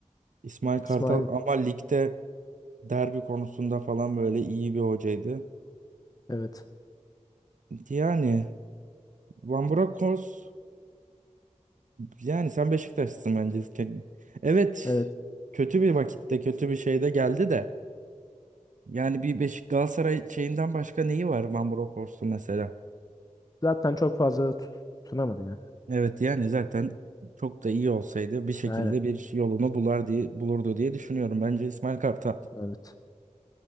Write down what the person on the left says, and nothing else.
İsmail.
Evet.
Evet.
Zaten çok fazla da tutunamadı ya.
Aynen.
Evet.